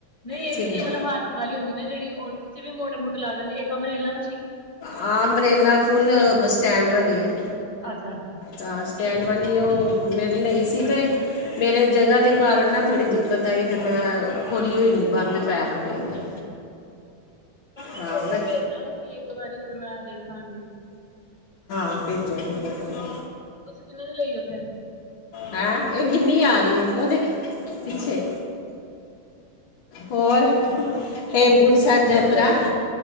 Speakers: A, on the left; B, on the left.
A: ਨਹੀਂ ਇੱਕ
B: ਸਿੰਗਰ
A: ਤੇ ਮਤਲਬੱ ਹਾ। ਵਾਲੀ ਹੁੰਦੀ ਨਾ, ਜਿਹੜੀ ਉਹ ਚ ਵੀ ਮੋਟੇ ਮੋਟਾ ਲਾ ਜਾਂਦੀ ਇੱਕ ਅਮਰੇਲਾਂ
B: ਆ, ਅੰਬਰੇਲਾ ਫੁੱਲ, ਸਟੈਂਡ ਵਾਲੀ ਹੈ
A: ਅੱਛਾ ਅੱਛਾ
B: ਹਾਂ ਸਟੈਂਡ ਵਾਲੀ, ਉਹ ਮਿਲ ਰਹੀ ਸੀ ਤੇ ਮੇਰੇ ਜਗ੍ਹਾ ਦੇ ਕਾਰਨ ਨਾ, ਥੋੜ੍ਹੀ ਦਿੱਕਤ ਆਈ, ਫਿਰ ਮੈਂ ਖੋਲੀ ਹੋਈ ਨ ਬੰਦ ਪੈਕ ਪਈ
A: ਅੱਛਾ
B: ਦੀ ਹੈ।
A: -ਅੱਛਾ। ਕਲ
B: ਹਾਂ
A: ਫੋਟੋ
B: ਮੈਂ
A: ਭੇਜਣਾ, ਤੁਸੀਂ ਇੱਕ ਵਾਰੀ ਫਿਰ ਮੈਂ ਦੇਖਾਂਗੀ।
B: ਹਾਂ, ਭੇਜਾਂਗੇ ਫੋਟੋ ਨੂੰ।
A: ਕਿਨੇ ਦੀ ਲਈ ਹੈ ਭੈਣ?
B: ਹੈਂ, ਇਹ ਗਿਨੀ ਆ ਰਹੀ ਹੈ ਉਹ ਦੇਖ ਪਿੱਛੇ, ਹੋਰ
A: ਪੈਸੇ
B: ਹੇਮਕੁੰਡ
A: ਤੁਸੀਂ
B: ਸਾਹਿਬ
A: ਕਿੰਨੇ
B: ਯਤਰਾ।
A: ਦੀ ਲਈ